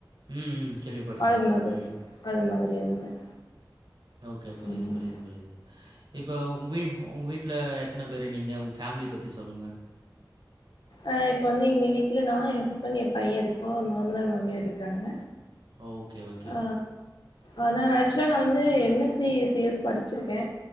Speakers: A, on the right; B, on the left.
A: ம், ம். கேள்விப்பட்டுருக்கேன்.
B: அது மாதர்
A: ம்.
B: அது மாதிரி அது மாரி
A: ஓகே புரியுது
B: ம்
A: புரியுது புரியுது இப்ப உங்க வீ உங்க வீட்ல எத்தன பேரு நீங்க உங்க ஃபேமிலி பத்தி சொல்லுங்க
B: அ இப்ப வந்து எங்க வீட்ல நா ஏ ஹஸ்பண்ட் ஏ பையே இருக்கோ மாமனார் மாமியார் இருக்காங்க
A: ஓகே ஓ
B: ஆ ஆனா ஆக்சுவலா நா வந்து M S C C S படிச்சுருக்கே